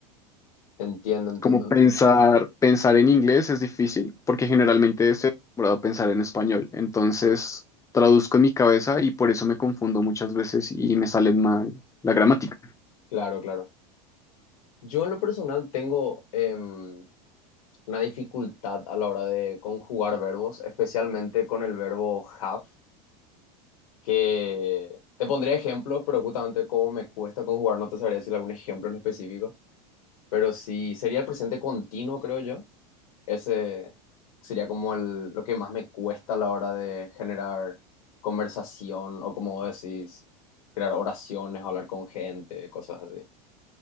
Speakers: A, on the left; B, on the left.
A: Entiendo, entiendo.
B: Como pensar, pensar en inglés es difícil, porque generalmente estoy acostumbrado a pensar en español. Entonces, traduzco en mi cabeza y por eso me confundo muchas veces y me salen mal la gramática.
A: Claro, claro. Yo en lo personal tengo em, una dificultad a la hora de conjugar verbos, especialmente con el verbo have, que te pondría ejemplos, pero justamente como me cuesta conjugar, no te sabría decir algún ejemplo en específico, pero sí sería el presente continuo, creo yo. Ese sería como el, lo que más me cuesta a la hora de generar conversación o como decís, crear oraciones, hablar con gente, cosas así.